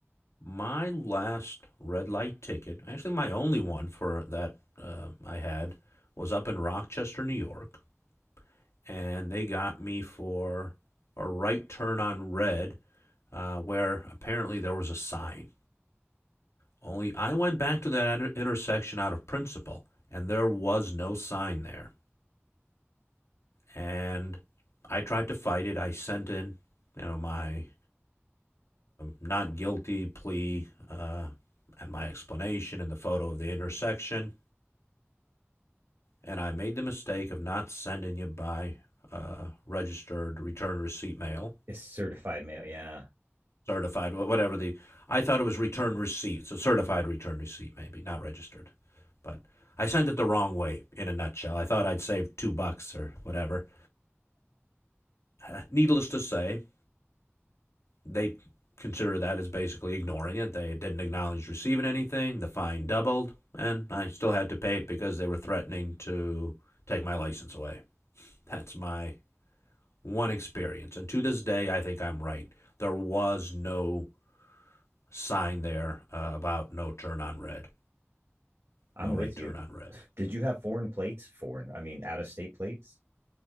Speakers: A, on the left; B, on the right.
A: My last red light ticket, actually my only one for that uh, I had, was up in Rochester, New York, and they got me for a right turn on red, uh, where apparently there was a sign. Only I went back to that intersection out of principle, and there was no sign there. And I tried to fight it. I sent in, you know, my not guilty plea uh, and my explanation and the photo of the intersection. and I made the mistake of not sending you by uh, registered return receipt mail,
B: it's certified mail yeah
A: certified, whatever the. I thought it was return
B: mm-hmm.
A: receipt, so certified return receipt, maybe not registered, but I sent it the wrong way. In a nutshell, I thought I'd save two bucks or whatever. Uh, Needless to say, they consider that as basically ignoring it. They didn't acknowledge receiving anything. The fine doubled, and I still had to pay it because they were threatening to take my license away. That's my one experience. And to this day, I think I'm right. There was no sign there uh, about no turn on red,
B: <laughs> i'm
A: no right
B: with
A: turn
B: you
A: on red.
B: Did you have foreign plates? Foreign, I mean, out of state plates.